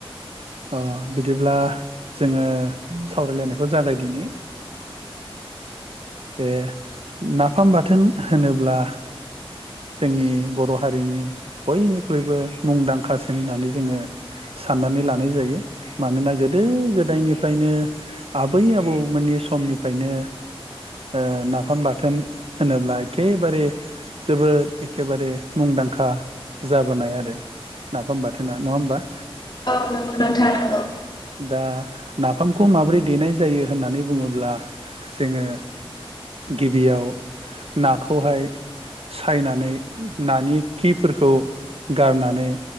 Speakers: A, on the right; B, on the left.
A: ओ बिदिब्ला जोङो सावरायलायनायखौ जागायदिनि ए नाफाम बाथोन होनोब्ला जोंनि बर हारिनि बयनिख्रुइबो मुंदांखासिन होननानै जोङो साननानै लानाय जायो। मानोना गोदो गोदायनिफ्रायनो आबै आबौमोननि समनिफ्रायनो ओ नाफाम बाथोन होनोब्ला एखे बारे जोबोद एखे बारे मुंदांखा जाबोनाय आरो नाफाम बाथोना नङा होमबा?
B: औ नोंगौ नोंथां औ
A: दा नाफामखौ माब्रै देनाय जायो होननानै बुङोब्ला जोङो गिबियाव नाखौहाय सायनानै नानि खिफोरखौ गारनानै